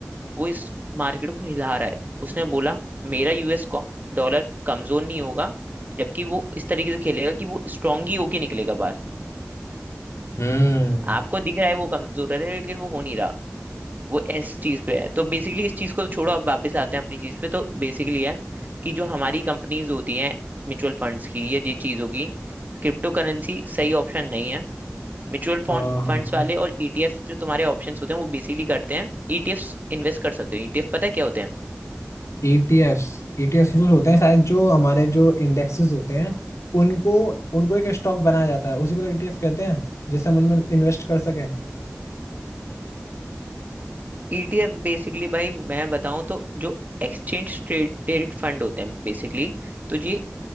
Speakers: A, on the right; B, on the left.
A: वो इस मार्केट को हिला रहा है उसने बोला मेरा यूएस डॉलर कमजोर नहीं होगा जबकि वो इस तरीके से खेलेगा कि वो स्ट्रांग ही होके निकलेगा बाहर
B: हम्म
A: आपको दिख रहा है वो कमजोर है लेकिन वो हो नहीं रहा वो इस चीज पे है तो बेसिकली इस चीज को तो छोड़ो अब वापस आते हैं अपनी चीज पे तो बेसिकली है कि जो हमारी कंपनीज होती हैं म्यूचुअल फंड्स की ये जी चीज होगी क्रिप्टो करेंसी सही ऑप्शन नहीं है म्यूचुअल
B: हाँ हाँ
A: फंड्स वाले और ईटीएफ जो तुम्हारे ऑप्शंस होते हैं वो बेसिकली करते हैं ईटीएफ इन्वेस्ट कर सकते हो ईटीएफ पता है क्या होते हैं
B: ETFs ETFs जो होते हैं शायद जो हमारे जो इंडेक्सेस होते हैं उनको उनको एक स्टॉक बनाया जाता है उसी को तो ETF कहते हैं जिससे हम उनमें इन्वेस्ट कर सकें
A: ईटीएफ बेसिकली भाई मैं बताऊं तो जो एक्सचेंज ट्रेडेड फंड होते हैं बेसिकली तो ये